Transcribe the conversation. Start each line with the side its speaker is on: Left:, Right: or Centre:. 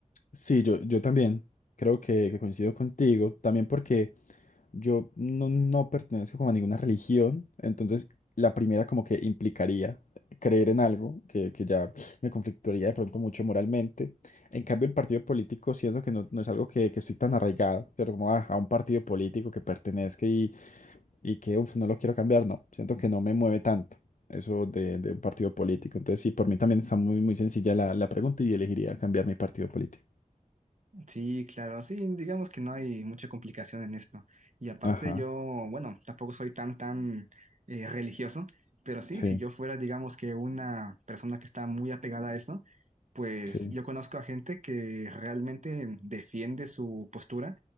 Left: sí, yo, yo también creo que, que coincido contigo, también porque yo no, no pertenezco como a ninguna religión, entonces la primera como que implicaría creer en algo que, que ya me conflictuaría de pronto mucho moralmente. En cambio, el partido político siento que no, no es algo que, que estoy tan arraigado, pero como a, a un partido político que pertenezca y que, uff, no lo quiero cambiar, no, siento que no me mueve tanto eso de, de un partido político. Entonces, sí, por mí también está muy, muy sencilla la, la pregunta y elegiría cambiar mi partido político.
Right: Sí, claro, sí, digamos que no hay mucha complicación en esto. Y aparte
Left: Ajá,
Right: yo, bueno, tampoco soy tan, tan eh, religioso, pero sí,
Left: sí,
Right: si yo fuera, digamos que una persona que está muy apegada a eso, pues
Left: sí,
Right: yo conozco a gente que realmente defiende su postura,